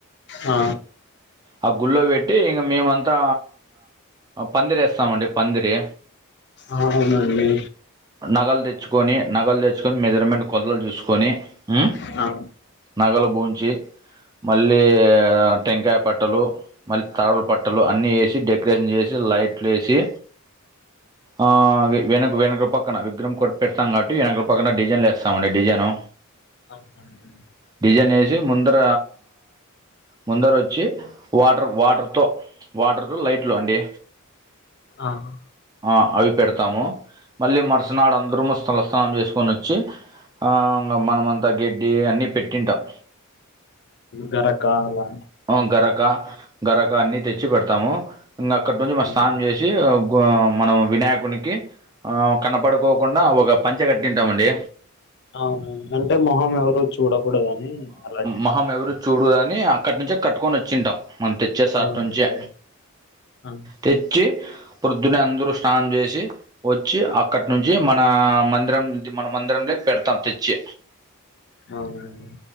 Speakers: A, on the left (about 50°); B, on the right (about 20°).
A: ఆ
B: ఆ గుళ్ళో పెట్టి ఇంగా మేమంతా ఆ పందిరి ఏస్తామండి పందిరి.
A: ఆ అవునండి.
B: నగలు తెచ్చుకొని నగలు తెచ్చుకొని మెజర్మెంట్ కొలతలు చూసుకొని ఆ
A: అ
B: నగలు బూంచి మళ్ళీ టెంకే పట్టలు మళ్ళీ తరలు పట్టలు అన్ని వేసి డెకరేషన్ చేసి లైట్లు వేసి ఆ వెనక్ వెనకప పక్కన విగ్రహం కొట్టు పెడతాం కబట్టి వెనకడ పక్కన డిజైన్లు ఎస్తామండి డిజైను
A: <inaudible>
B: డిజన్ ఏసి ముందర ముందరొచ్చి వాటర్ వాటర్తో వాటర్తో లైట్లు అండి
A: ఆహ
B: ఆ అవి పెడతాము మళ్ళీ మరుసనాడు అందరము స్థలస్నానం జేసు కొనొచ్చి ఆ మనం అంతా గడ్డి అన్నీ పెట్టింటాం
A: గరకా అలా
B: ఉ గరక గరక అన్ని తెచ్చి పెడతాము ఇంగ అక్కటి నుంచి మా
A: అవునండి
B: స్నానం జేసి ట్టి అగ్గో మనం వినాయకునికి ఆ కనపడకోకుండా ఒక పంచ కట్టింటామండి
A: అవునవును అంటే మొహం ఎవరు చూడకూడదని అలా చేస్తారు
B: మహం ఎవరు చూడదని అక్కటి నుంచే కట్టుకొనొచ్ చింటామ్ మనం తెచ్చే సాట్
A: అవునండి
B: నుంచే
A: ఆ
B: తెచ్చి ప్రొద్దున్నే అందరూ స్నానం జేసి వచ్చి అక్కట్ నుంచి మన న మందిరం ఉంది మన మందిరంలోకి పెడతాం తెచ్చి
A: అవునవును